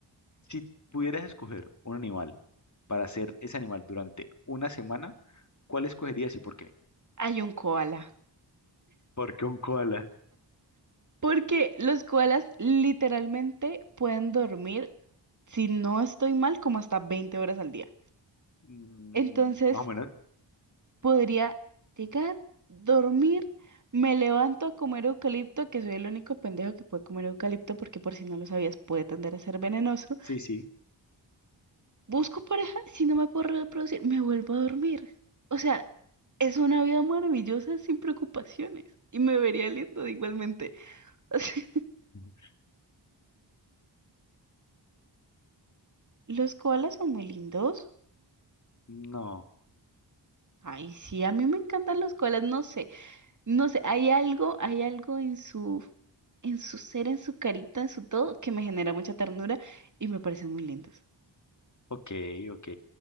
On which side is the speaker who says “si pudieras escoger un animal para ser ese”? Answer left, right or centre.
Left